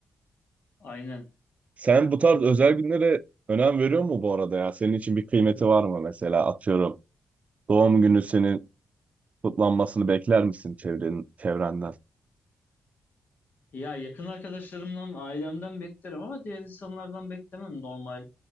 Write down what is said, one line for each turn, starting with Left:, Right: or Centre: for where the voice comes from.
Left: Aynen.
Right: Sen bu tarz özel günlere önem veriyor mu bu arada ya? Senin için bir kıymeti var mı mesela atıyorum. Doğum günü senin kutlanmasını bekler misin çevrenin, çevrenden?
Left: Ya yakın arkadaşlarımdan, ailemden beklerim ama diğer insanlardan beklemem normal.